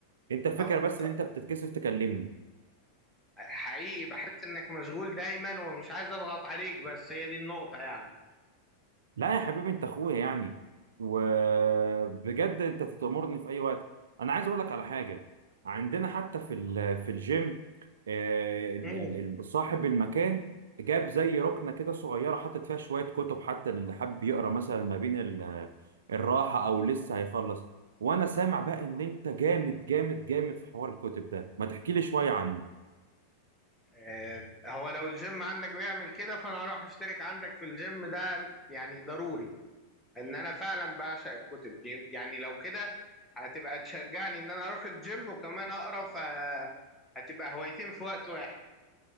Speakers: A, on the right; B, in the centre.
A: انت الفكره
B: طب
A: بس ان انت بتتكسف تكلمني
B: حقيقي بحس انك مشغول دايما ومش عايز اضغط عليك بس هي دي النقطة يعني
A: لا يا حبيبي انت اخويا يعني وبجد انت تأمرني في اي وقت انا عايز اقول لك على حاجه عندنا حتى في ال- في الجيم آه، ال-
B: مم.
A: ال- ال- صاحب المكان جاب زي ركنه كده صغيره حاطط فيها شويه كتب حتى اللي حابب يقرا مثلا ما بين ال- الراحه او لسه هيخلص وانا سامع بقى ان انت جامد جامد جامد في حوار الكتب ده ما تحكي لي شويه عنه
B: آه، هو لو الجيم عندك بيعمل كده فانا هروح اشترك عندك في الجيم ده يعني ضروري ان انا فعلا بعشق الكتب دي يعني لو كده هتبقى تشجعني ان انا اروح الجيم وكمان اقرا فهتبقى هوايتين في وقت واحد